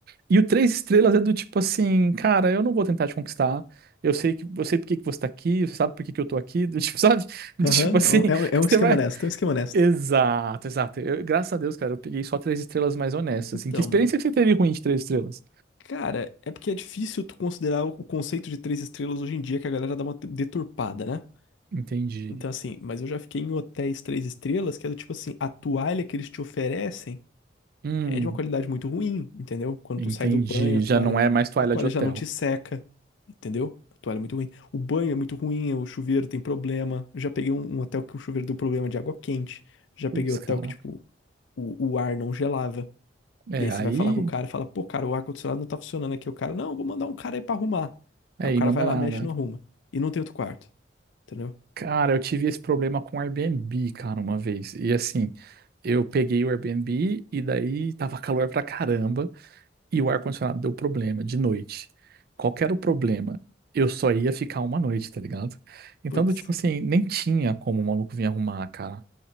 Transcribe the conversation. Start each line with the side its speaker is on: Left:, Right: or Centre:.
Right: E o três estrelas é do tipo assim, cara, eu não vou tentar te conquistar. Eu sei que, eu sei por que que você tá aqui, você sabe por que que eu tô aqui, <laughs> do tipo, sabe?
Left: Aham,
Right: Tipo assim,
Left: é um, é um é um esquema
Right: você vai.
Left: honesto, é um esquema honesto.
Right: Exato, exato. Eu- graças a Deus, cara, eu peguei só três estrelas mais honestas.
Left: Então,
Right: Assim, que experiência
Left: mano,
Right: que você teve ruim de três estrelas?
Left: cara, é porque é difícil tu considerar o o conceito de três estrelas hoje em dia, que a galera dá uma te- deturpada, né?
Right: Entendi.
Left: Então, assim, mas eu já fiquei em hotéis três estrelas, que é do tipo assim, a toalha que eles te oferecem
Right: Hum,
Left: é de uma qualidade muito ruim, entendeu? Quando
Right: entendi.
Left: tu sai do banho, a toalha,
Right: Já não é mais toalha
Left: a toalha
Right: de hotel.
Left: já não te seca, entendeu? A toalha é muito ruim. O banho é muito ruim, o chuveiro tem problema. Eu já peguei um, um hotel que o chuveiro deu problema de água quente. Já peguei
Right: Putz,
Left: hotel
Right: cara.
Left: que, tipo, o, o ar não gelava.
Right: É,
Left: E aí você
Right: aí.
Left: vai falar com o cara e fala, pô, cara, o ar-condicionado não tá funcionando aqui. O cara, não, vou mandar um cara aí pra arrumar.
Right: é,
Left: Aí
Right: Aí,
Left: o cara
Right: manda
Left: vai lá,
Right: nada.
Left: mexe e não arruma. E não tem outro quarto, entendeu?
Right: Cara, eu tive esse problema com o Airbnb, cara, uma vez. E assim, eu peguei o Airbnb e daí tava calor pra caramba. E o ar-condicionado deu problema de noite. Qual que era o problema? Eu só ia ficar uma noite, tá ligado? Então,
Left: Putz.
Right: do tipo assim, nem tinha como o maluco vir arrumar, cara.